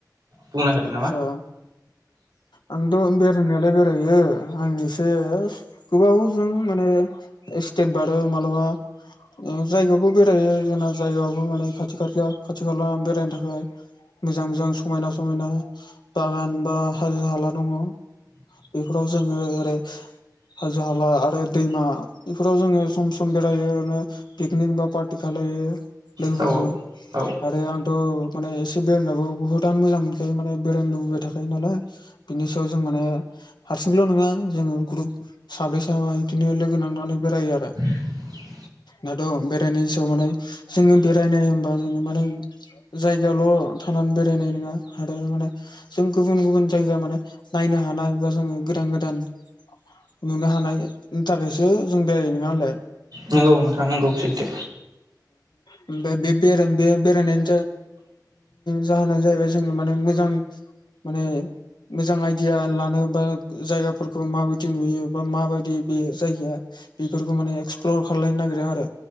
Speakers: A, on the right; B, on the left.
A: बुंना होदो
B: आस्सा
A: नामा
B: आंथ' बेरायनायालाय बेरायो आं एसे गोबावजों माने सटेट बारो माबलाबा औ जायगायाव बुं बे बेायो जोंना जायगायावबो माने खाथि खा खाथि खाला बेरायनो थाखाय मोजां मोजां सम समायना बागान बा हाजो हाला दङ बेफोराव जोङो ओरै हाजो हाला आरो दैमा बेफोराव जोङो सम सम बेरायो रनो पिकनिक बा पार्टि खालायो लोगोफोरजों
A: औ औ
B: आरो आंथ' माने एसे बेरायनानैबो बहुद आं मोजां मोन खायो माने बेरायनो लुबैबाय थाखायो नालाय बिनि सायाव जों माने हारसिंल' नङा जोङो ग्रुप साब्रै साबा बिदिनो लोगो नांनानै बेरायो आरो
A: <inaudible>
B: दाथ' बेरायनायनि सायाव माने जोङो बेरायनाय होनबा जोङो माने जायगायाल' थानानै बेरायनाय नङा आरो माने जों गुबुन गुबुन जायगा माने नायनो हानाय बा जोङो गोदान गोदान नुनो हानायनि थाखायसो जों बेरायो नोङालाय
A: नंगौ नोंथाङा नंगौ सैथो।
B: ओमफ्राय बे-बे-बेरायनायनि जाहोना जाहैबाय जों माने मोजां माने मोजां आइडिया लानो बा जायगाफोरखौ माबायदि नुयो बा माबायदि बे जायगाया बेफोरखौ माने एक्सप्लर खालायनो नागिरो आरो